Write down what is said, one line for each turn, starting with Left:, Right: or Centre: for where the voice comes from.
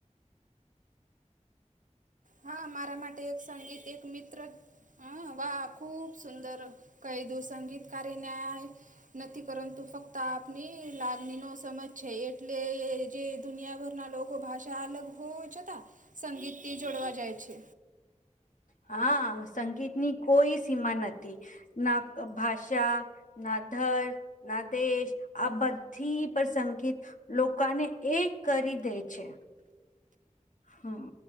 Right: હા મારા માટે એક સંગીત એક મિત્ર હ વાહ ખૂબ સુંદર કહી દુંસંગીતકારારે ન્યાય નથી પરંતુ ફક્ત આપની લાગણીનો સમજ છે એટલે જે દુનિયાભરના લોકો ભાષા અલગ હોવા છતાં સંગીતથી જોડવા જાય છે.
Left: હા સંગીત ની કોઈ સીમા નથી ના ભાષા ના ધર ના દેશ આ બધી પર સંગીત લોકોને એ કરી દે છે હમ